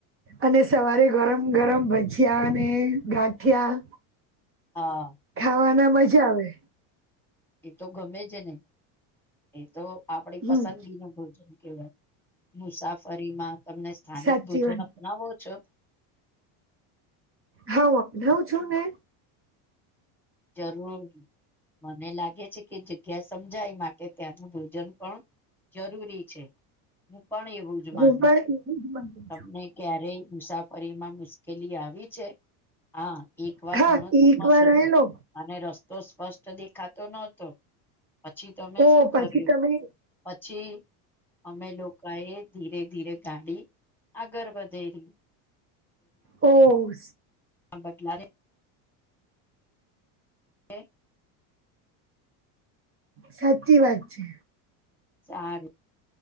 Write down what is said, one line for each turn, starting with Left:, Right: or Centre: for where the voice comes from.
Right: અને સવારે ગરમ ગરમ ભજીયા અને ગાંઠયા
Centre: હા
Right: અને મજા આવે.
Centre: એ તો ગમે છે ને એ તો આપડી
Right: હમ
Centre: પસંદગી ન ભોજન કવાય મુસાફરીમાં તમને સ્થાનિક
Right: સાચી
Centre: ભોજન
Right: વાત
Centre: અપનાવો છો.
Right: હાું બધઉ છું ને
Centre: જરૂર મને લાગે છે કે જગ્યા સમજાય માટે ત્યાંનું ભોજન પણ જરૂરી છે. પણ એવું જ માનું
Right: હું પણ
Centre: છું
Right: એવું જ માનું
Centre: તમને ક્યારેય મુસા ફરી એમાં મુશ્કેલી આવી છે હા એક
Right: છું
Centre: વાર
Right: હા
Centre: ઘણો ધુમ્મસ
Right: એક વાર
Centre: હતો.
Right: આવેલો
Centre: અને રસ્તો સ્પષ્ટ દેખાતો નહતો પછી તમે
Right: ઓ
Centre: શું કર્યું
Right: પછી તમે
Centre: પછી અમે લોકોએ ધીરે ધીરે ગાડી આગળ વધે રી
Right: ઓ
Centre: હા બદલા રે હે
Right: સાચી વાત છે.
Centre: સારું